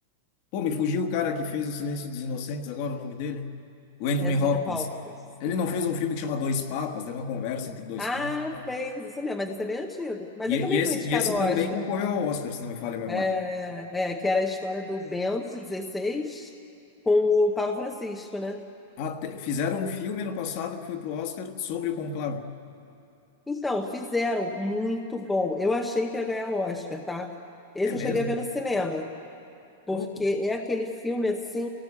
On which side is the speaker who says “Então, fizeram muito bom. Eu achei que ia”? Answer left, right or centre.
Centre